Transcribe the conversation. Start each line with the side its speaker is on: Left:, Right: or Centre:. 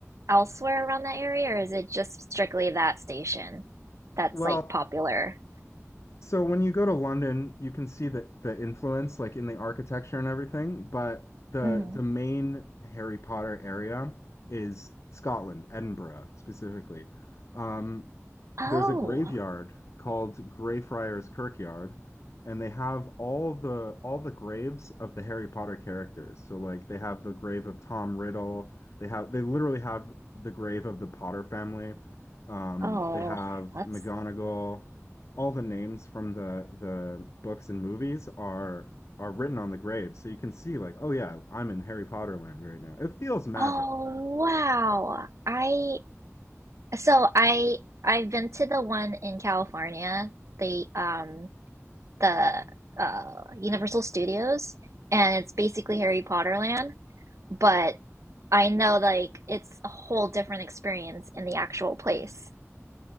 Right: elsewhere around that area, or is it just strictly that station that's
Left: Well,
Right: like popular?
Left: so when you go to London, you can see the the influence like in the architecture and everything, but the
Right: Mhm.
Left: the main Harry Potter area is Scotland, Edinburgh specifically. Um,
Right: Oh.
Left: there's a graveyard called Greyfriars Kirkyard, and they have all the all the graves of the Harry Potter characters. So like they have the grave of Tom Riddle. They have they literally have the grave of the Potter family. Um,
Right: Oh,
Left: they have
Right: that's
Left: McGonagall. All the names from the the books and movies are are written on the grave. So you can see like, oh yeah, I'm in Harry Potter land right now. It feels magical.
Right: Oh, wow. I So I I've been to the one in California, the um the uh Universal Studios, and it's basically Harry Potter land, but I know like it's a whole different experience in the actual place,